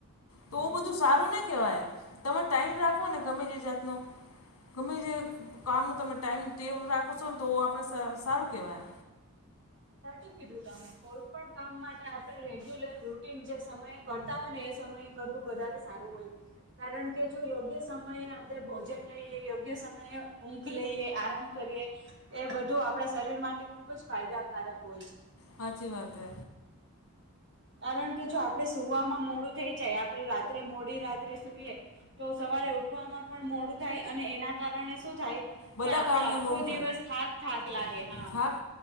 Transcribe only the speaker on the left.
તો
બધું સારું ના કહેવાય. તમે ટાઈમ રાખો ને ગમે તે જાતનો ગમે તે કામનો તમે ટાઈમ ટેવ રાખો છો ને તો આપણે સ-સારું કહેવાય.
સાચી વાત છે.
બધા
કામને
મોડું થાય.
થાક